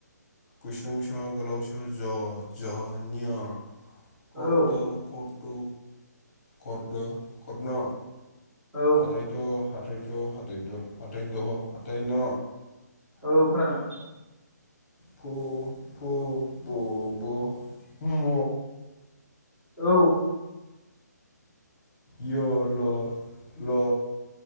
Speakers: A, on the left; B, in the centre.
A: गुसुं स' गोलाव स' ज निय' करथु
B: औ
A: करथु खद खन
B: औ
A: हाथायथ' हाथाइस' हाथायथ' आथाय द आथाय न
B: औ खोनादों।
A: प फ ब भ म
B: औ।
A: य ल ल